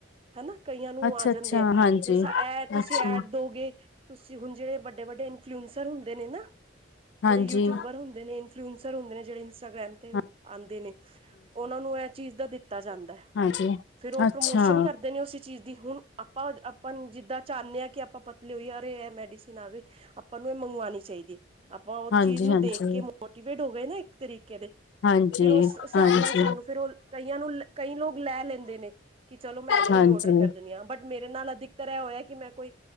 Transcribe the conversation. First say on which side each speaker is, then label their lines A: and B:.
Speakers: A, on the right; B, on the left.
A: ਹਨਾ ਕਈਆਂ ਨੂੰ
B: ਅੱਛਾ
A: ਆ ਜਾਂਦੇ
B: ਅੱਛਾ
A: ਹੈ
B: ਹਾਂਜੀ
A: ਬ ਐ ਤੁਸੀਂ
B: ਅੱਛਾ
A: ਐਡ ਦੋਗੇ ਤੁਸੀਂ ਹੁਣ ਜਿਹੜੇ ਵੱਡੇ ਵੱਡੇ ਇਨਫੁਲੈਸਂਰ ਹੁੰਦੇ ਨੇ ਨਾ
B: ਹਾਂਜੀ
A: ਜਿਹੜੇ ਯੂਟਿਊਬਰ ਹੁੰਦੇ ਨੇ ਇਨਫੁਲੇਨਸਰ ਹੁੰਦੇ ਨੇ ਜੇ ਇੰਸਟਾਗ੍ਰਾਮ ਤੇ
B: ਹਾਂਜੀ
A: ਆਂਦੇ ਨੇ ਉਨਾਂ ਨੂੰ ਇਹ ਚੀਜ਼ ਦਾ ਦਿੱਤਾ ਜਾਂਦਾ
B: ਹਾਂਜੀ
A: ਫੇਰ ਉਹ
B: ਅੱਛਾ
A: ਪ੍ਰਮੋਸ਼ਨ ਕਰਦੇ ਨੇ ਉਸ ਚੀਜ਼ ਦੀ ਹੁਣ ਆਪਾਂ ਆਪਾਂ ਨੂੰ ਜਿੱਦਾਂ ਚਾਂਦੇ ਹਾਂ ਕਿ ਆਪਾਂ ਪਤਲੇ ਹੋਈਏ ਅਰੇ ਇਹ ਮੈਡੀਸਨ ਆ ਗਏ। ਆਪਾਂ ਨੂੰ ਇਹ ਮੰਗਵਾਉਣੀ ਚਾਹੀਦੀ ਹੈ। ਆਪਾਂ ਉਹ
B: ਹਾਂਜੀ
A: ਚੀਜ਼ ਨੂੰ
B: ਹਾਂਜੀ
A: ਦੇਖ ਕੇ ਮੋਟੀਵੇਟ ਹੋ ਗਏ ਨਾ ਇੱਕ ਤਰੀਕੇ ਦੇ।
B: ਹਾਂਜੀ,
A: ਫਿਰ ਉਸ ਹਿਸਾਬ
B: ਹਾਂਜੀ,
A: ਨਾਲ ਸਾਨੂੰ ਫਿਰ ਉਹ ਕਈਆਂ ਨੂੰ ਕਈ ਲੋਕ ਲੈ ਲੈਂਦੇ ਨੇ। ਕਿ ਚਲੋ ਮੈਂ ਇੱਦਰੋਂ
B: ਹਾਂਜੀ,
A: ਹੀ ਔਡਰ ਕਰ ਦਿੰਦੀ ਹਾਂ ਬਟ। ਮੇਰੇ ਨਾਲ ਅਧਿਕਤਰ ਇਹ ਹੋਇਆ ਕਿ ਮੈਂ ਕੋਈ